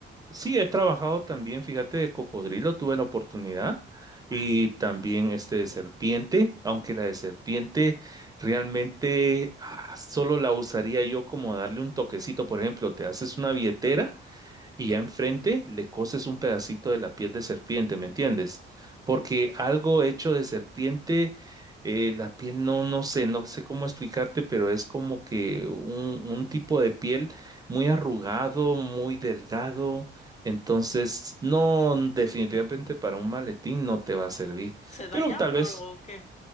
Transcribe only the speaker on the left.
¿Ah, sí?
Sí, sí.
¿Se
dañan
por-
o qué?